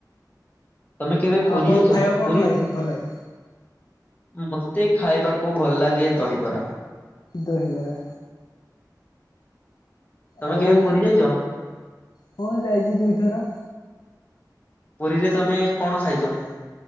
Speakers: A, on the left; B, on the left.
A: ତମେ କେବେ
B: ଆଉ
A: ପୁରୀ
B: ଆପଣଙ୍କୁ
A: ଯାଇଛ
B: ଖାଇବାକୁ କଣ
A: ପୁରୀ?
B: ଲାଗେ ଭଲ ଲାଗେ
A: ମତେ ଖାଇବାକୁ ଭଲ ଲାଗେ ଦହିବରା।
B: ଦହି ବରା।
A: ତମେ
B: ଆଉ
A: କେବେ ପୁରୀ ଯାଇଛ
B: ହଁ ଯାଇଛି ଦୁଇଥର।
A: ପୁରୀରେ ତମେ କଣ ଖାଇଛ?